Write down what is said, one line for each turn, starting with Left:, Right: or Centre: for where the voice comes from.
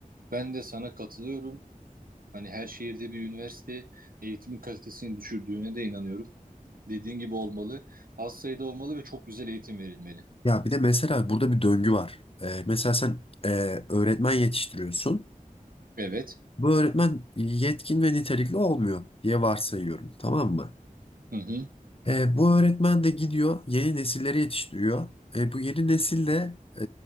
Right: Ben de sana katılıyorum. Hani her şehirde bir üniversite eğitimin kalitesini düşürdüğüne de inanıyorum. Dediğin gibi olmalı. Az sayıda olmalı ve çok güzel eğitim verilmeli.
Left: Ya bir de mesela burada bir döngü var. Ee, mesela sen e, öğretmen yetiştiriyorsun.
Right: Evet.
Left: Bu öğretmen yetkin ve nitelikli olmuyor diye varsayıyorum, tamam mı?
Right: Hı hı.
Left: Ee, bu öğretmen de gidiyor yeni nesilleri yetiştiriyor. E, bu yeni nesil de e,